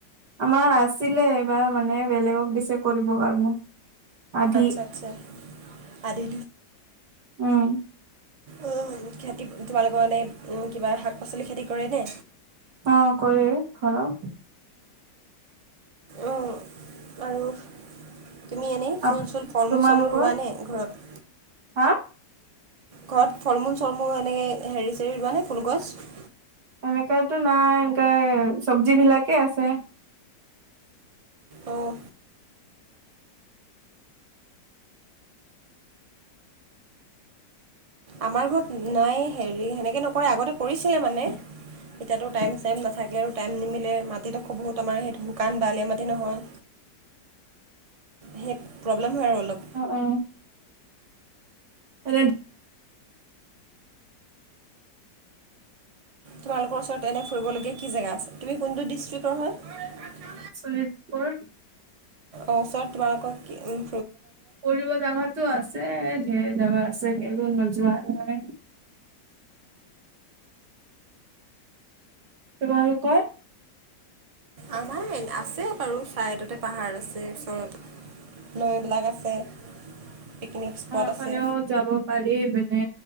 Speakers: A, on the right; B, on the right.
A: আমাৰ আ ছিলে এইবাৰ মানে বেলেগক দি চে কৰিব কাৰণে আধিত।
B: আচ্ছা আচ্ছা আধি
A: উম।
B: উ খেতি তোমালোকৰ মানে উ কিবা শাক-পাচলি খেতি কৰে নে?
A: অ, কৰে ঘৰত।
B: অ, আৰু তুমি এনেই ফুল-চুল,
A: আপ
B: ফল-মূল,
A: তোমালোকৰ
B: চল-মূল ৰুৱা নে ঘৰত?
A: হা
B: ঘৰত ফল মূল চল মূল এনেকে হেৰি চেৰি ৰুৱানে ফুলগছ
A: এনেকাতো নাই এনকাই চব্জি বিলাকে আছে
B: অঁ, আমাৰ ঘৰত নাই হেৰি সেনেকে নকৰে আগতে কৰিছিলে মানে এতিয়াতো টাইম চাইম নাথাকে আৰু টাইম নিমিলে মাটিডোখৰ বহুত আমাৰ সেই শুকান বলিয়া মাটি নহয় সেই প্ৰব্লেম হয় আৰু অলপ।
A: অ অ এৰেলদ
B: তোমালোকৰ ওচৰত এনে ফুৰিবলগীয়া কি জেগা আছে তুমি কোনটো ডিষ্ট্ৰিক্টৰ হ'য়
A: শোণিতপুৰ
B: ওচৰত তোমালোকৰ কি উম
A: ফঙৰিব জাগাতো আছে ঢেৰ জাগা আছে কিন্তু নোযোৱা মানে তোমালোকৰ
B: আমাৰ আছে বাৰু চাইডতে পাহাৰ আছে চব নৈবিলাক আছে পিকনিক স্পট
A: পহাৰফালেও
B: আছে।
A: যাব পাৰি মানে